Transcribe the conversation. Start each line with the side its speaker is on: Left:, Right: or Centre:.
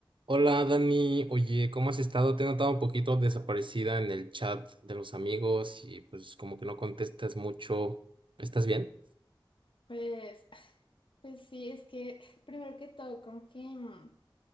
Right: Hola Dani, oye, ¿cómo has estado? Te he notado un poquito desaparecida en el chat de los amigos y pues como que no contestas mucho. ¿Estás bien?
Left: Pues, pues sí, es que primero que todo, como que mm,